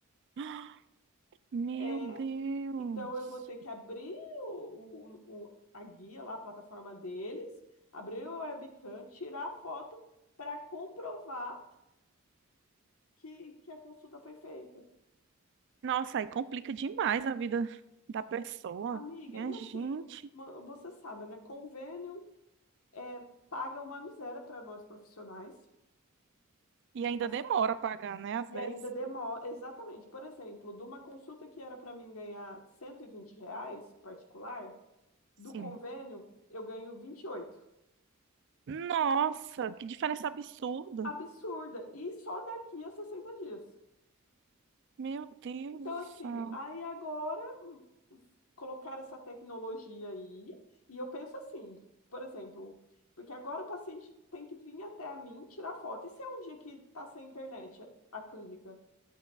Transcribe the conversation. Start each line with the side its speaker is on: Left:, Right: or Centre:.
Right: <gasps> Meu
Left: É,
Right: Deus.
Left: então eu vou ter que abrir o, o- o- a guia lá, a plataforma deles, abrir o webcam, tirar a foto para comprovar que, que a consulta foi feita.
Right: Nossa, aí complica demais a vida da pessoa.
Left: Amiga,
Right: Minha
Left: e assim,
Right: gente.
Left: ma- você sabe, né? Convênio é, paga uma miséria para nós profissionais
Right: E ainda
Left: as-
Right: demora a pagar, né? Às
Left: e
Right: vezes.
Left: ainda demora. Exatamente, por exemplo, de uma consulta que era para mim ganhar 120 reais particular,
Right: Sim.
Left: do convênio eu ganho 28.
Right: Nossa, que diferença absurda.
Left: absurda. E só daqui a 60 dias.
Right: Meu Deus
Left: Então,
Right: do
Left: assim,
Right: céu.
Left: aí agora hum, colocar essa tecnologia aí, e eu penso assim, por exemplo, porque agora o paciente tem que vir até a mim tirar foto. E se é um dia que tá sem internet a a clínica?